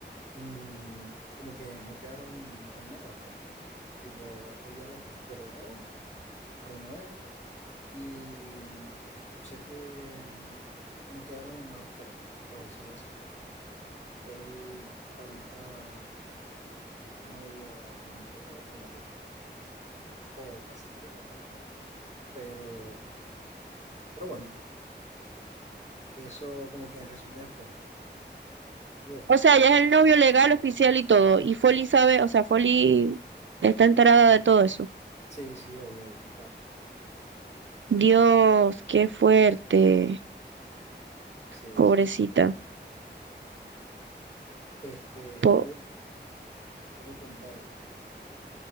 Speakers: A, on the left; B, on the right.
A: mm, como que no quedaron en nada, pues. Tipo, ella la perdonó, lo perdonó a él, y mm, sé que mm, no quedaron en malos términos, por decirlo así. Él ahorita es novia de mi prima, como te conté, o casi primo, pues. Pero, pero bueno. Eso como que en resumidas cuentas. Wow,
B: O sea,
A: ¿qué
B: ya
A: me-
B: es el novio legal, oficial y todo. Y Foley sabe, o sea, Foley está enterada de todo eso.
A: Sí, sí, obvio, obvio, claro.
B: Dios, qué fuerte,
A: Sí,
B: pobrecita.
A: sí. Este,
B: Po-
A: y bueno, ¿qué me contáis?